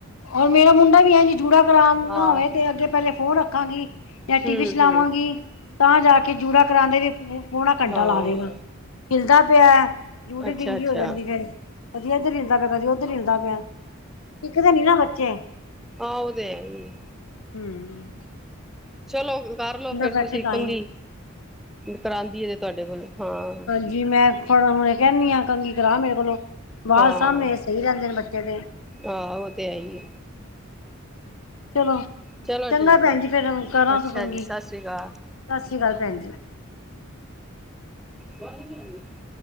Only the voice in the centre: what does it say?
ਹਾਂ
ਹਮ
ਹਮ ਹਾਂ
ਅੱਛਾ
ਅੱਛਾ
ਆਵਦੇ ਹੈ ਨੀ।
ਚਲੋ ਕਰਲੋ। ਫੇਰ
ਤੁਸੀਂ
ਕੰਘੀ
ਕਰਾਂਦੀ ਹੈ, ਤੇ ਤੁਹਾਡੇ ਕੋਲੋ ਹਾਂ।
ਹਾਂ
ਆਹ ਉਹ ਤੇ ਹੈ ਹੀ
ਚਲੋ
ਠੀਕ
ਹੈ
ਅੱਛਾ
ਜੀ ਸਤਿ
ਸ਼੍ਰੀ ਅਕਾਲ
ਬ <inaudible>